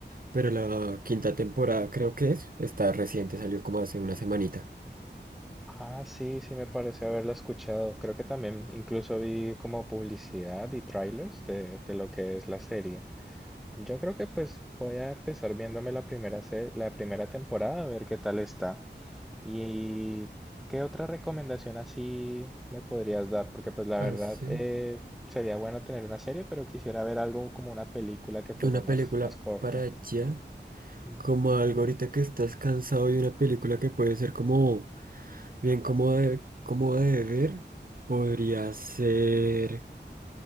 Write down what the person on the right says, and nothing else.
Pero la quinta temporada creo que es, está reciente, salió como hace una semanita.
Así.
Una
película
para allá,
como algo ahorita que estás cansado y una película que puede ser como bien cómoda de, cómoda de ver, podría ser...